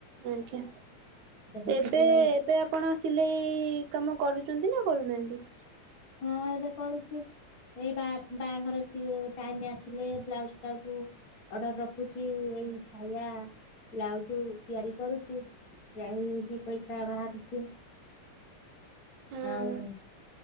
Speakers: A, on the right; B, on the left.
A: ଆଜ୍ଞା
B: ଦେଖୁଥିବ
A: ଏବେ
B: ଏଇ
A: ଏବେ ଆପଣ ସିଲେଇ କାମ କରୁଚନ୍ତି ନା କରୁନାହାନ୍ତି?
B: ହଁ ଏବେ କରୁଛି ଏଇ ବା ବାହାଘର ସିଏ ଟାଇମ ଆସିଲେ ବ୍ଲାଉଜ ଫାଉଜୁ ଅର୍ଡର ରଖୁଛି ଏଇ ସାୟା ବ୍ଲାଉଜ ତିଆରି କରୁଛି। ଯାଇ ଦି ପଇସା ବାହାରୁଛି
A: ହୁଁ
B: ଆଉ।